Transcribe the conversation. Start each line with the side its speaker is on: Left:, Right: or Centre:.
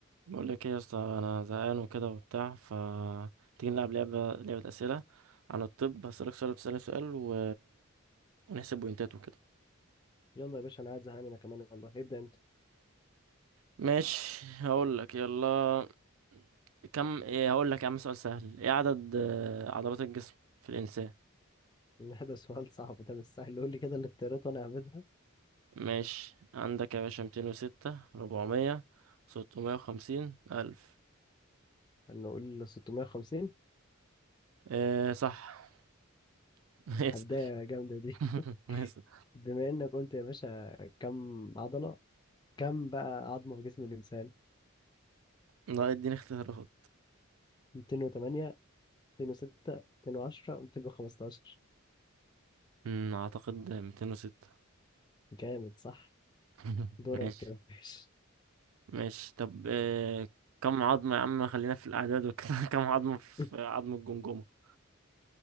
Right: بقول لك ايه يا اسطى انا زهقان وكده وبتاع ف تيجي نلعب لعبه لعبه اسئله عن الطب هسألك سؤال وتسألني سؤال و... ونحسب بوينتات وكده
Left: يلا يا باشا انا قاعد زهقان انا كمان والله ابدا انت <laughs>
Right: ماشي هقول لك يلا كم ايه هقول لك يا عم سؤال سهل ايه عدد آه، عضلات الجسم في الانسان
Left: إن ده سؤال صعب ده مش سهل قول لي كده الاختيارات وانا هبدها
Right: ماشي عندك يا باشا 206 400 650 1000
Left: انه قول 650
Right: ايه صح <laughs> اسأل
Left: هبدايه جامده دي
Right: <laughs>
Left: <laughs>
Right: اسأل
Left: بما انك قلت يا باشا كم عضله كم بقى عظمه في جسم الانسان
Right: لا اديني اختيارات
Left: 208 206 210 215
Right: أمم، اعتقد 206
Left: جامد صح
Right: <laughs>
Left: دورك
Right: ماشي
Left: يا باشا
Right: ماشي طب آه، كم عظمة يا عم خلينا في الأعداد وكده <laughs> كم عظمة في
Left: <laughs>
Right: عظم الجمجمة